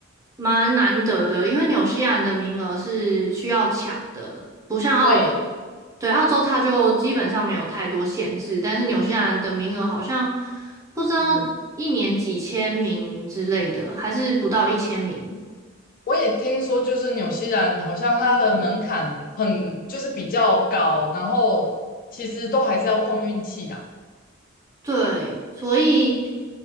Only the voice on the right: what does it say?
蛮难得的，因为纽西兰的名额是需要抢的，不像澳洲，
对，澳洲它就基本上没有太多限制，但是纽西兰的名额好像不知道一年几千名之类的，
还是不到一千名。
对，所以